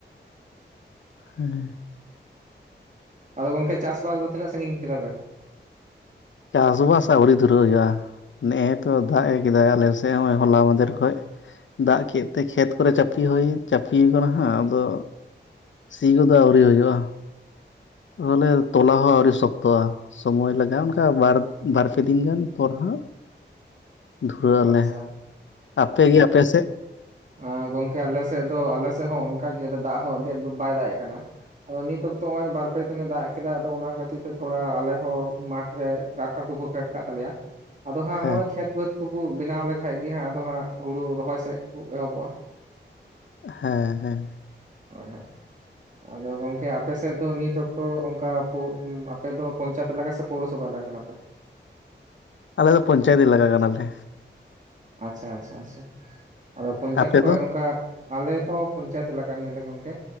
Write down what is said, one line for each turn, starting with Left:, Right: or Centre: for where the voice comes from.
Left: <inaudible> ᱦᱮᱸ᱾
Right: <inaudible> ᱟᱫᱚ ᱜᱚᱝᱠᱮ ᱪᱟᱥᱵᱟᱥ ᱫᱚ ᱛᱤᱱᱟᱹᱜ ᱥᱟᱺᱜᱤᱧ ᱠᱮᱫᱟ ᱯᱮ?
Left: ᱪᱟᱥᱵᱟᱥ ᱟᱹᱣᱨᱤ ᱫᱷᱩᱨᱟᱹᱣ ᱦᱩᱭᱩᱜ-ᱟ᱾ ᱱᱮᱜ-ᱮ ᱛᱚ ᱫᱟᱜ ᱮ ᱠᱮᱫᱟᱭ ᱟᱞᱮ ᱥᱮᱫ ᱦᱚᱸᱜ-ᱚᱭ ᱦᱚᱞᱟ ᱢᱟᱫᱷᱮᱨ ᱠᱷᱚᱡ, ᱫᱟᱜ ᱠᱮᱫ ᱛᱮ ᱠᱷᱮᱛ ᱠᱚᱨᱮ ᱪᱟᱯᱤ ᱦᱩᱭ ᱪᱟᱯᱤᱭ ᱟᱠᱟᱱᱟ ᱦᱟᱸᱜ ᱟᱫᱚ ᱥᱤ ᱠᱚᱫᱚ ᱟᱹᱣᱨᱤ ᱦᱩᱭᱩᱜ-ᱟ᱾ ᱵᱚᱞᱮ ᱛᱚᱞᱟ ᱦᱚᱸ ᱟᱹᱣᱨᱤ ᱥᱚᱠᱛᱚ-ᱟ ᱥᱚᱢᱳᱭ ᱞᱟᱜᱟᱜ-ᱟ ᱚᱱᱠᱟ ᱚᱱᱠᱟ ᱵᱟᱨ ᱵᱟᱨᱯᱮ ᱫᱤᱱ ᱜᱟᱱ ᱯᱚᱨ ᱦᱟᱸᱜ ᱫᱷᱩᱨᱟᱹ ᱟᱞᱮ,
Right: ᱟᱪᱪᱷᱟ
Left: ᱟᱯᱮ ᱜᱮ ᱟᱯᱮ ᱥᱮᱫ?
Right: ᱮᱸᱻ ᱜᱚᱝᱠᱮ ᱟᱞᱮᱥᱮᱫ ᱫᱚ ᱟᱞᱮᱥᱮᱫ ᱦᱚᱸ ᱚᱱᱠᱟ ᱜᱮ ᱟᱫᱚ ᱫᱟᱜ ᱦᱚᱸ ᱟᱹᱰᱤ ᱟᱸᱴ ᱫᱚ ᱵᱟᱭ ᱫᱟᱜ ᱮ ᱠᱟᱱᱟ᱾ ᱟᱫᱚ ᱱᱤᱛ ᱚᱠᱛᱚ ᱦᱚᱸᱜ-ᱚᱭ ᱵᱟᱨ ᱯᱮ ᱫᱤᱱᱮ ᱫᱟᱜ ᱠᱮᱫᱟ ᱟᱫᱚ ᱚᱱᱟ ᱠᱷᱟᱹᱛᱤᱨ ᱛᱮ ᱛᱷᱚᱲᱟ ᱟᱞᱮᱦᱚᱸ ᱢᱟᱴᱷ ᱨᱮ ᱴᱨᱟᱠᱴᱟᱨ ᱠᱚᱠᱚ ᱯᱷᱮᱰ ᱟᱠᱟᱫ ᱛᱟᱞᱮᱭᱟ ᱟᱫᱚ ᱦᱟᱸᱜ
Left: ᱦᱮᱸ
Right: ᱱᱚᱜ-ᱚᱭ ᱠᱷᱮᱛ ᱵᱟᱹᱫᱽ ᱠᱚᱠᱚ ᱵᱮᱱᱟᱣ ᱞᱮᱠᱷᱟᱡ ᱜᱮ ᱦᱟᱸᱜ ᱟᱫᱚ ᱦᱟᱸᱜ ᱦᱩᱲᱩ ᱨᱚᱦᱚᱭ ᱥᱮᱫ ᱠᱚ ᱮᱦᱚᱵᱚᱜ-ᱟ᱾
Left: ᱦᱮᱸ ᱦᱮᱸ᱾
Right: <unintelligible> ᱟᱫᱚ ᱜᱚᱝᱠᱮ ᱟᱯᱮᱥᱮᱫ ᱫᱚ ᱱᱤᱛ ᱚᱠᱛᱚ ᱚᱱᱠᱟ ᱟᱯᱮ ᱫᱚ ᱯᱚᱧᱪᱟᱭᱮᱛ ᱥᱮᱫ ᱯᱳᱨᱚᱥᱚᱵᱷᱟ ᱮᱞᱟᱠᱟ ᱠᱟᱱᱟ ᱯᱮ?
Left: ᱟᱞᱮ ᱫᱚ ᱯᱚᱧᱪᱟᱭᱮᱛ ᱮᱞᱟᱠᱟ ᱠᱟᱱᱟᱞᱮ᱾
Right: ᱟᱪᱪᱷᱟ ᱟᱪᱪᱷᱟ ᱟᱪᱪᱷᱟ ᱟᱫᱚ ᱯᱚᱧᱪᱟᱭᱮᱛ
Left: ᱟᱯᱮ
Right: ᱠᱷᱚᱡ
Left: ᱫᱚ
Right: ᱚᱱᱠᱟ ᱟᱞᱮ ᱦᱚᱸ ᱯᱚᱧᱪᱟᱭᱮᱛ ᱮᱞᱟᱠᱟ ᱠᱟᱱ ᱜᱮᱭᱟᱞᱮ ᱜᱚᱝᱠᱮ